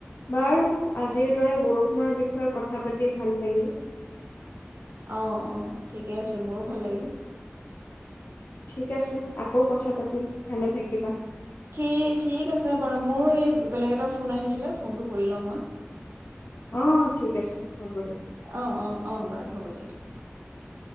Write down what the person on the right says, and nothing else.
অঁ অঁ ঠিকে আছে মোৰো ভাল লাগিল
ঠি ঠিক আছে বাৰু মোৰো এই বেলেগ এটা ফোন আহিছিলে ফোনটো কৰি লওঁ মই
অ অ অ <inaudible>